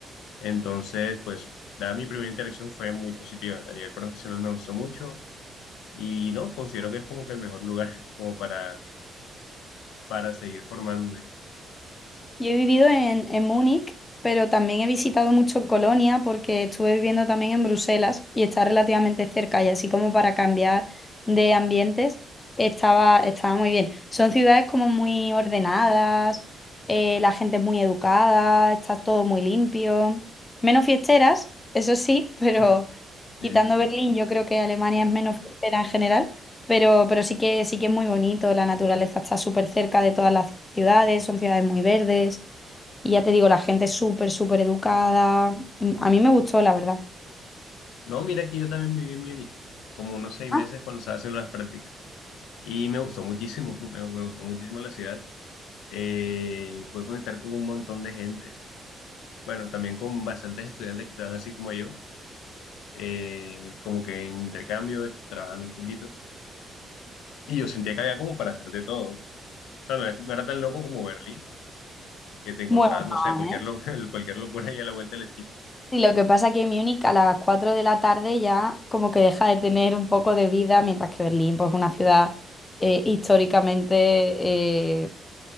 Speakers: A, on the left; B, on the left.
A: Entonces, pues, dada mi primera interacción fue muy positiva. A nivel profesional me gustó mucho y no, considero que es como que el mejor lugar <laughs> como para, para seguir formándome.
B: Yo he vivido en, en Múnich, pero también he visitado mucho Colonia porque estuve viviendo también en Bruselas y está relativamente cerca y así como para cambiar de ambientes estaba, estaba muy bien. Son ciudades como muy ordenadas, eh, la gente es muy educada, está todo muy limpio. Menos fiesteras, eso sí, <laughs> pero
A: Ujú. Sí,
B: quitando
A: sí, sí.
B: Berlín, yo creo que Alemania es menos fiestera en general. Pero, pero sí que, sí que es muy bonito, la naturaleza está súper cerca de todas las ciudades, son ciudades muy verdes. Y ya te digo, la gente es súper, súper educada. Mm, A mí me gustó, la verdad.
A: No, mira que yo también viví en Múnich, como unos seis
B: Ah,
A: meses cuando estaba haciendo las prácticas y me gustó muchísimo, <laughs> me, me gustó muchísimo la ciudad. Eh, pude conectar con un montón de gente, bueno, también con bastantes estudiantes que estaban así como yo, eh, como que en intercambio, es- trabajando un poquito. Y yo sentía que había como para hacer de todo. O sea, no es- no era tan loco como Berlín, que te encontrabas,
B: Bueno, no,
A: no sé, cualquier,
B: ¿eh?
A: lo- <laughs> cualquier locura ahí a la vuelta de la esquina.
B: Sí, lo que pasa es que Múnich a las 4 de la tarde ya como que deja de tener un poco de vida, mientras que Berlín, pues es una ciudad eh, históricamente, eh,